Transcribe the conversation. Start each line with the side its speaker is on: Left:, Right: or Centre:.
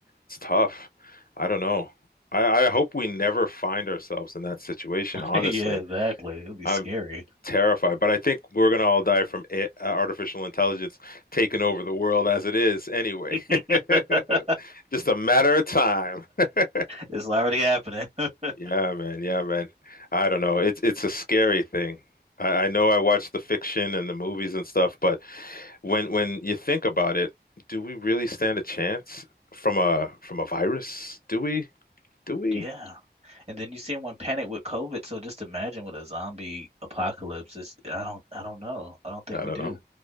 Left: It's tough. I don't know. I I hope we never find ourselves in that situation,
Right: <laughs>
Left: honestly.
Right: Yeah, exactly. It'll be
Left: I'm
Right: scary.
Left: terrified, but I think we're going to all die from a artificial intelligence taking over the world as it is anyway.
Right: <laughs>
Left: <laughs> Just a matter of time. <laughs>
Right: It's already happening. <laughs>
Left: Yeah, man. Yeah, man. I don't know. It's it's a scary thing. I, I know I watch the fiction and the movies and stuff, but when when you think about it, do we really stand a chance from a from a virus? Do we? Do we?
Right: Yeah. And then you see everyone panic with COVID. So just imagine with a zombie apocalypse. It's, I don't, I don't know. I don't think
Left: I
Right: we
Left: don't
Right: do.
Left: know.